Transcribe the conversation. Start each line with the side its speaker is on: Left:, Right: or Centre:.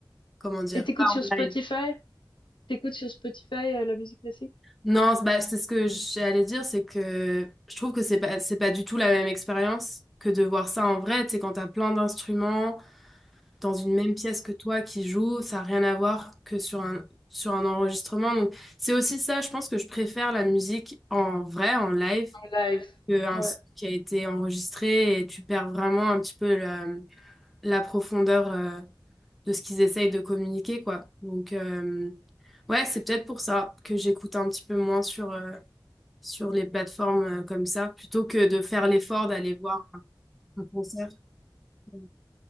Centre: comment dire?
Left: Et t'écoutes
Centre: Pas en
Left: sur Spotify?
Centre: live.
Left: T'écoutes sur Spotify euh, la musique classique?
Centre: Non, c'est- bah, c'est ce que j'allais dire, c'est que je trouve que c'est pas c'est pas du tout la même expérience que de voir ça en vrai. Tu sais, quand t'as plein d'instruments. dans une même pièce que toi qui joue, ça n'a rien à voir que sur un, sur un enregistrement. Donc, c'est aussi ça, je pense que je préfère la musique en vrai, en live,
Left: En live.
Centre: qu'un
Left: Ouais.
Centre: son qui a été enregistré et tu perds vraiment un petit peu la, la profondeur euh, de ce qu'ils essayent de communiquer, quoi. Donc, euh, ouais, c'est peut-être pour ça que j'écoute un petit peu moins sur, euh, sur les plateformes euh, comme ça, plutôt que de faire l'effort d'aller voir un concert euh,